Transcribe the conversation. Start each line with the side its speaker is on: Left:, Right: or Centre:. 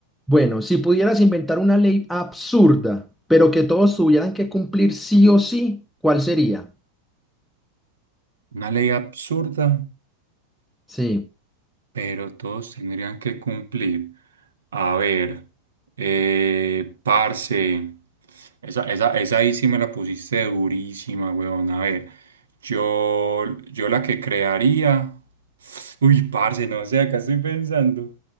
Centre: Bueno, si pudieras inventar una ley absurda, pero que todos tuvieran que cumplir sí o sí, ¿cuál sería?
Right: Una ley absurda,
Centre: Sí.
Right: pero todos tendrían que cumplir. A ver, eh, parce, esa, esa, esa ahí sí me la pusiste durísima, weón. A ver, yo, yo la que crearía. Uy, parce, no sé, acá estoy pensando.